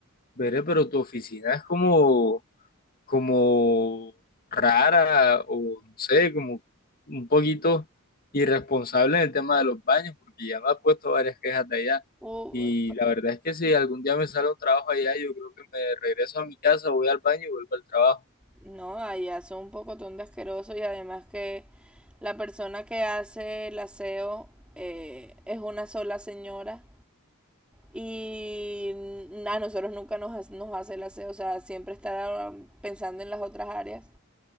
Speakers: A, on the left (about 45°); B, in the centre.
A: veré, pero tu oficina es como como rara o no sé, como un poquito irresponsable en el tema de los baños, porque ya me ha puesto varias quejas de allá.
B: Uh,
A: Y la verdad es que si algún día me sale un trabajo allá, yo creo que me regreso a mi casa, voy al baño y vuelvo al trabajo.
B: No, allá son un pocotón de asqueroso y además que la persona que hace el aseo eh, es una sola señora y a nosotros nunca nos, nos hace el aseo, o sea, siempre está pensando en las otras áreas